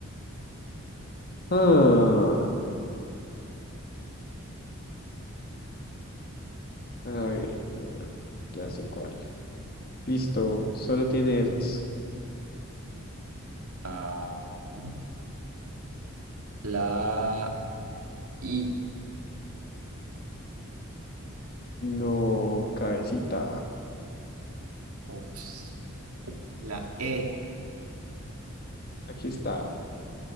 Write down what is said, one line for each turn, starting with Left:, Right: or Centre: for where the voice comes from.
Left: Ah, a ver, ah, ya sé cuál. Listo, solo tiene esas.
Right: Ah, la I.
Left: No, cabecita.
Right: Ups. La E.
Left: Aquí está.